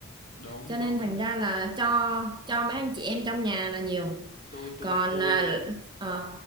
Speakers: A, on the left; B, on the right.
A: đúng
B: cho nên
A: đúng
B: thành ra là cho cho mấy anh chị em trong nhà là nhiều
A: tôi tôi
B: còn
A: tôi
B: à, ờ,